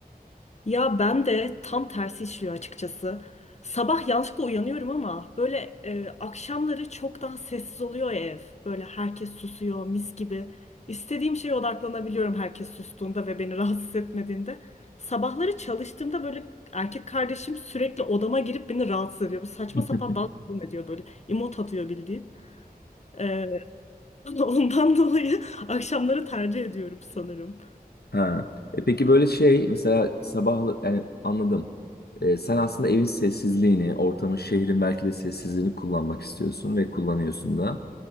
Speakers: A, on the left; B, on the left.
A: Ya ben de tam tersi işliyor açıkçası. Sabah yanlışlıkla uyanıyorum ama böyle e, akşamları çok daha sessiz oluyor ya ev. Böyle herkes susuyor mis gibi. İstediğim şeye odaklanabiliyorum herkes sustuğunda ve beni <laughs> rahatsız etmediğinde. Sabahları çalıştığımda böyle erkek kardeşim sürekli odama girip beni rahatsız ediyor. Bu saçma
B: <laughs>
A: sapan dans falan ediyor böyle. İmot atıyor bildiğin. E, <laughs> ondan dolayı akşamları tercih ediyorum sanırım.
B: Ha. E peki böyle şey mesela sabah yani anladım. E, sen aslında evin sessizliğini, ortamın, şehrin belki de sessizliğini kullanmak istiyorsun ve kullanıyorsun da.